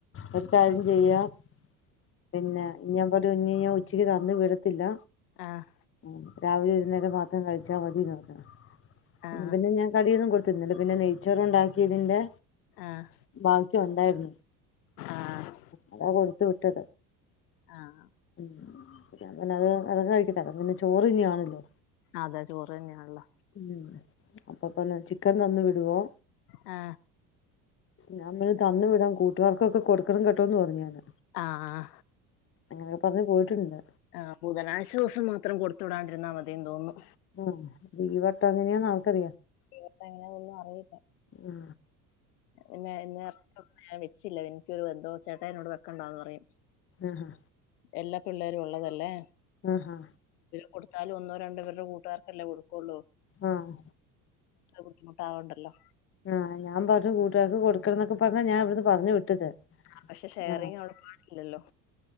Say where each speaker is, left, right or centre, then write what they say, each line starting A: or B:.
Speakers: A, on the left (about 25°); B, on the left (about 70°).
A: ഒരു കാര്യം ചെയ്യാം പിന്നെ ഞാൻ പറഞ്ഞു ഇനി ഞാൻ ഉച്ചക്ക് തന്ന് വിടത്തില്ല.
B: ആഹ്
A: ഉം രാവിലെ ഒരു നേരം മാത്രം കഴിച്ചാൽ മതിയെന്നു വെക്കണം. എന്ന
B: ആഹ്
A: പിന്നെ ഞാൻ കടിയൊന്നും കൊ ഇന്നലെ പിന്നെ നെയ്ച്ചോർ ഉണ്ടാ ക്കിയതിന്റെ
B: ആഹ്
A: ബാക്കി ഉണ്ടായിരുന്നു
B: ആഹ്
A: അതാ കൊടുത്തു വിട്ടത്.
B: ആഹ് ആ
A: ഉം പിന്നെ അത് അതൊക്കെ കഴിക്കട്ടെ അത് പിന്നെ ചോറ് തന്നെയാണല്ലോ.
B: അതാ ചോറ് തന്നെയാനുള്ള.
A: ഉം അപ്പപ്പായെന്നു വെച്ച് ചിക്കൻ തന്നു വിടുവേ.
B: ആ
A: ഞാൻ തന്നു വിടാൻ കൂട്ടുകാർക്കൊക്കെ കൊടുക്കണം കേട്ടോന്ന് പറഞ്ഞാന്
B: ആഹ
A: അങ്ങന പറഞ് പോയിട്ടുണ്ട്
B: ആ ബുധനാശ്വാസം മാത്രം കൊടുത്തുടാണ്ടിരുന്നാൽ മതിേം തോന്നും
A: ആ ബീ വട്ട അങ്ങനെയാ നാൽക്കറിയ
B: ഇവിടെ എങ്ങനെ ഒന്നും അറിയില്ല
A: ആ
B: പിന്നെ <unintelligible> ച്ചില്ല എനിക്കൊരു എന്തോ ചേട്ടാ എന്നോട് വെക്കണ്ടാന്ന് പറയും
A: ആഹ ഹഹ
B: എല്ലാ പിള്ളേരും ഉള്ളതല്ലേ
A: ആഹ ഹഹ
B: കൊടുത്താല ഒന്നോ രണ്ടോരുടെ കൂട്ടുകാർക്കല്ലാം കൊടും കൊള്ളു
A: ആഹ്
B: ബുദ്ധിമുട്ടാവുകണ്ടോ
A: ആഹ് ഞാൻ പറഞ്ഞു കൂട്ടുകാക്ക് കൊടുക്കണം എന്നൊക്കെ പറഞ്ഞ ഞാൻ ഇവിടുന്ന് പറഞ്ഞു വിട്ടത്
B: ആ പക്ഷെ ഷെയറിങ്ങ്
A: ആഹ്
B: അവിടെ പാടില്ലല്ലോ